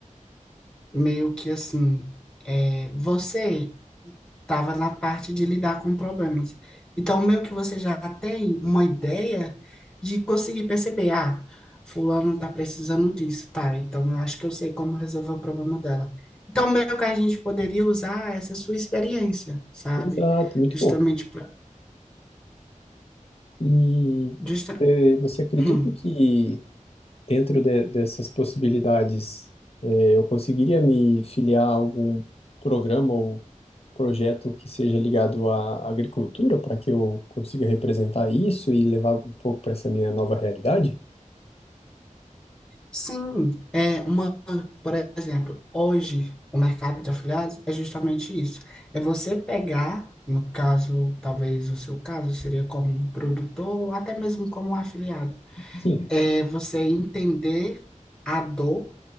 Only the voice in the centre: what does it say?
meio que assim, é, você estava na parte de lidar com problemas. Então, meio que você já tem uma ideia de conseguir perceber, ah, fulano está precisando disso, tá? Então, eu acho que eu sei como resolver o problema dela. Então, meio que a gente poderia usar essa sua experiência, sabe?
Justamente
para
justa
<clears throat>
Sim, é uma, por exemplo, hoje o mercado de afiliados é justamente isso. É você pegar, no caso, talvez o seu caso seria como um produtor, ou até mesmo como um afiliado
é você entender a dor,